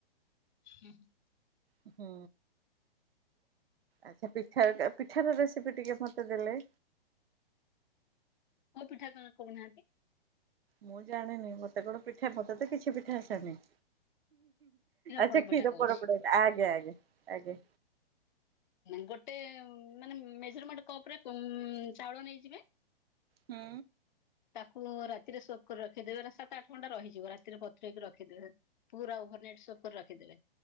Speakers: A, on the left; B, on the right.
A: ହୁଁ ହୁଁ।
B: ହୁଁ। ଆଛା ପିଠାର ଟା ପିଠାର ରେସିପି ଟିକେ ମତେ ଦେଲେ।
A: କୋଉ ପିଠା କଣ କହୁନାହାନ୍ତି?
B: ମୁଁ ଜାଣିନି, ମତେ କଣ ପିଠା ମତେ ତ କିଛି ପିଠା ଆସେନି। ଆଛା
A: ପୋଡ
B: କ୍ଷୀର
A: ପିଠା କହୁଛି।
B: ପୋଡ ପିଠା ଆଜ୍ଞା ଆଜ୍ଞା ଆଜ୍ଞା।
A: ଗୋଟେ ମାନେ ମେଜରମେଣ୍ଟ କପ ରେ କ ଚାଉଳ ନେଇଯିବେ।
B: ହୁଁ।
A: ତାକୁ ରାତିରେ ସୋକ କରି ରଖିଦେବେ ରା ସାତ ଆଠ ଘଣ୍ଟା ରହିଯିବ ରାତିରେ ବତୁରେଇକି ରଖିଦେବେ। ପୁରା ଓଭର ନାଇଟ ସୋକ୍ କରି ରଖିଦେବେ।